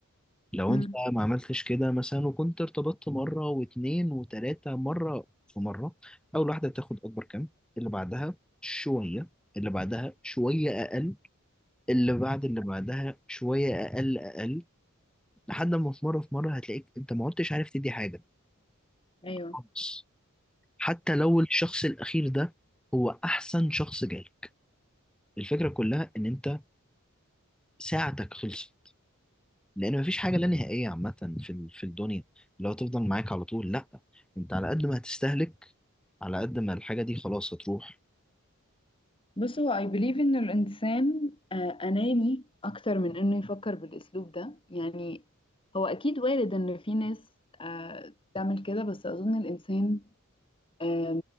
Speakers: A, in the centre; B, on the left (about 25°).
A: لو
B: م.
A: انت ما عملتش كده مثلا وكنت ارتبطت مرة واتنين وتلاتة مرة في مرة اول واحدة تاخد اكبر كم اللي بعدها شوية اللي بعدها شوية اقل اللي بعد اللي بعدها شوية اقل اقل لحد ما في مرة في مرة هتلاقيك انت ما عدتش عارف تدي حاجة
B: أيوه
A: خالص حتى لو الشخص الاخير ده هو احسن شخص جالك الفكرة كلها ان انت ساعتك خلصت لان مفيش حاجه لا نهائيه عامه في ال- في الدنيا اللي هو تفضل معاك على طول لا انت على قد ما هتستهلك على قد ما الحاجه دي خلاص هتروح
B: بص هو I believe إن الإنسان آه، أناني أكتر من إنه يفكر بالأسلوب ده يعني هو أكيد وارد إن في ناس آه، تعمل كده بس أظن الإنسان آم،